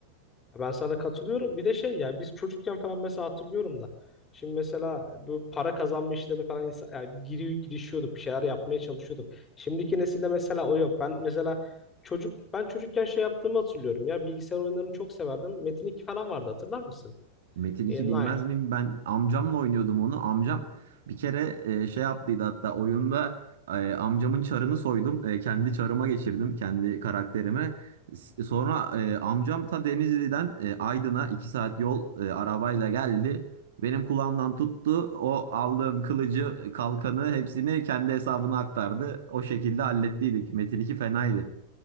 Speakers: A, on the left; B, on the right.
A: Ben sana katılıyorum. Bir de şey ya biz çocukken falan mesela hatırlıyorum da. Şimdi mesela bu para kazanma işlerini falan insan, yani giriyor, girişiyorduk, bir şeyler yapmaya çalışıyorduk. Şimdiki nesilde mesela o yok. Ben mesela çocuk ben çocukken şey yaptığımı hatırlıyorum ya bilgisayar oyunlarını çok severdim. Metin 2 falan vardı hatırlar mısın?
B: Metin
A: E,
B: 2 bilmez
A: Ni-
B: miyim? Ben amcamla oynuyordum onu. Amcam bir kere e, şey yaptıydı hatta oyunda e, amcamın çarını soydum. E, kendi çarıma geçirdim. Kendi karakterimi. S- Sonra e, amcam ta Denizli'den e, Aydın'a 2 saat yol e, arabayla geldi. Benim kulağımdan tuttu. O aldığım kılıcı, kalkanı hepsini kendi hesabına aktardı. O şekilde hallettiydik. Metin 2 fenaydı.